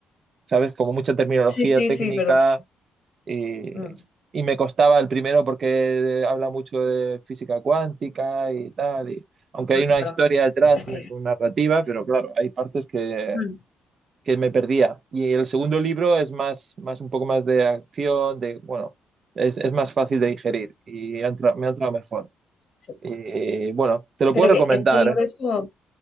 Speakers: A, on the right (about 45°); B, on the left (about 45°).
A: ¿sabes? Como mucha terminología
B: Sí, sí,
A: técnica
B: sí, perdón.
A: y,
B: Mm,
A: y me costaba el primero porque habla mucho de física cuántica y tal, y aunque
B: mm,
A: hay una
B: claro,
A: historia detrás,
B: es que.
A: una narrativa, pero claro, hay partes que,
B: mm,
A: que me perdía. Y el segundo libro es más, más un poco más de acción, de, bueno, es, es más fácil de digerir y ha entra- me ha entrado mejor.
B: sí.
A: Y, bueno, te lo
B: Pero
A: puedo recomendar,
B: que este libro
A: ¿eh?
B: es como.